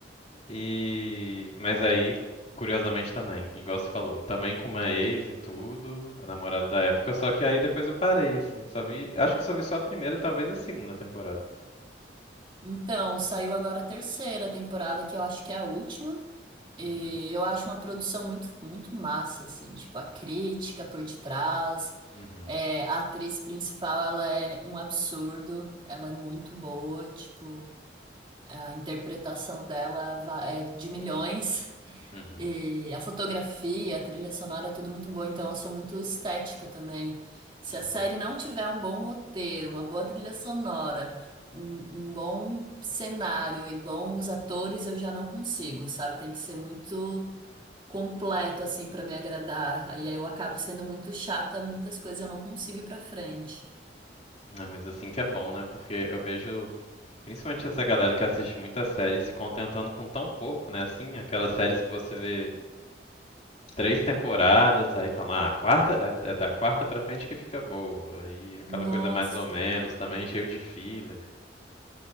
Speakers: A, on the left; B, on the right.
A: E. Mas aí, curiosamente também, igual você falou, também com uma ex e tudo, a namorada da época, só que aí depois eu parei, assim. Só vi. Acho que eu só vi só a primeira, talvez a segunda temporada.
B: Então, saiu agora a terceira temporada, que eu acho que é a última. E
A: Uhum.
B: eu acho uma produção muito, muito massa, assim, tipo, a crítica por detrás.
A: Uhum,
B: É, a atriz principal, ela é um absurdo, ela é muito boa, tipo, a interpretação dela va- é de milhões.
A: uhum,
B: E a fotografia, a trilha sonora é tudo muito boa, então eu sou muito estética também. Se
A: uhum.
B: a série não tiver um bom roteiro, uma boa trilha sonora, um, um bom cenário e bons atores, eu já não consigo, sabe? Tem que ser muito completo assim pra me agradar. Aí eu acabo sendo muito chata, muitas coisas eu não consigo ir pra frente.
A: Ah, mas assim que é bom, né? Porque eu vejo, principalmente essa galera que assiste muita série se contentando com tão pouco, né? Assim, aquelas séries que você vê três temporadas, aí fala, ah, a quarta, é é da quarta pra frente que fica boa. Aí aquela
B: Nossa.
A: coisa mais ou menos também, cheio de fila.